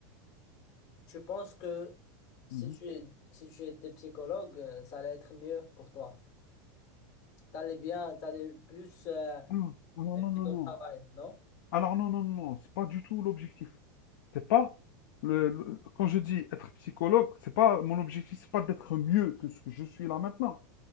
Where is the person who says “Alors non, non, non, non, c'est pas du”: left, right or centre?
Left